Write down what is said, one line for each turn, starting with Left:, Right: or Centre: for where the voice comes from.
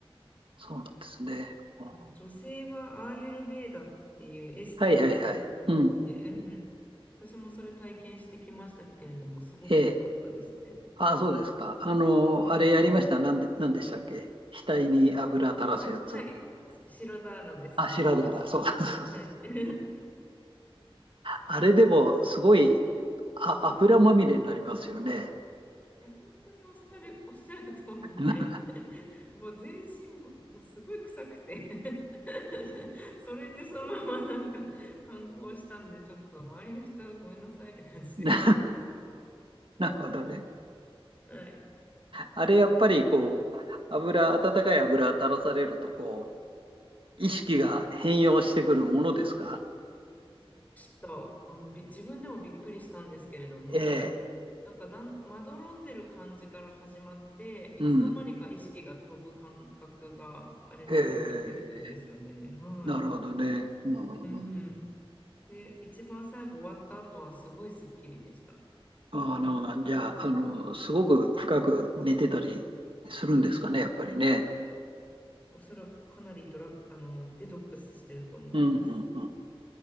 Right: そうなんですね。うん
Left: あの女性はアーユルヴェーダっていうエステがすごく人気で、
Right: はいはいはい。うん。
Left: うん私もそれ体験してきましたけれども、すごく良かったですね。
Right: ええ。ああ、そうですか。あの、
Left: はい。
Right: あれやりました。なんで、なんでしたっけ額に油垂らすやつ。
Left: あ、はい。白ダーラですね、
Right: あ、白だから。
Left: やりました。
Right: そうそうそう
Left: はい。<laughs> い
Right: そう。うん、あれでも、すごい、あ、油まみれになりますよね。
Left: や、本当におっしゃる、<laughs> おっしゃる通りで、
Right: <laughs>
Left: <laughs> もう全身も、もうすごい臭くて <laughs> それでそのままなんか観光したんで、ちょっと周りの人はごめんなさいって感じでした。
Right: なるほどね。
Left: はい。
Right: あれやっぱりこう、油、温かい油垂らされると、こう、意識が変容してくるものですか
Left: ちょっと、あの、び、自分でもびっくりしたんですけれども、
Right: ええ。
Left: なんかだん、まどろんでる感じから始まって、いつの間にか意識が飛ぶ感覚があれで体験できたんですよね。
Right: うん。ええ、
Left: はい。
Right: なるほどね。うんうん
Left: うん。で、一番最後終わった後はすごいスッキリでした。
Right: うん、ああ、なるほど。じゃあ、あの、すごく深く寝てたりするんですかね、やっぱりね。
Left: おそらくかなりドラ、あの、デトックスしてると思います。
Right: うんうんうんうん。